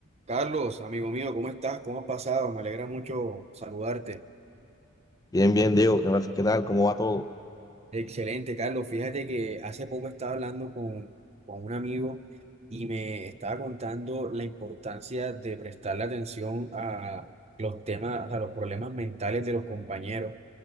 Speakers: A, on the right (about 30°); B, on the left (about 15°).
A: Carlos, amigo mío, ¿cómo estás? ¿Cómo has pasado? Me alegra mucho saludarte.
B: Bien, bien, Diego, ¿qué, más- qué tal? ¿Cómo va todo?
A: Excelente, Carlos. Fíjate que hace poco estaba hablando con, con un amigo y me estaba contando la importancia de prestarle atención a los temas, a los problemas mentales de los compañeros,